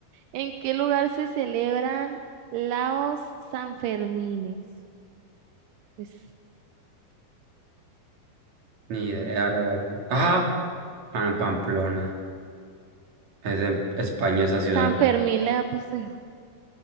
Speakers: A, on the right; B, on the right.
A: ¿En qué lugar se celebran los Sanfermines? Pues,
B: Ni idea, la verdad. Ah, Pam- Pamplona. Es en España esa ciudad.
A: San Fermín le ha puesto yo.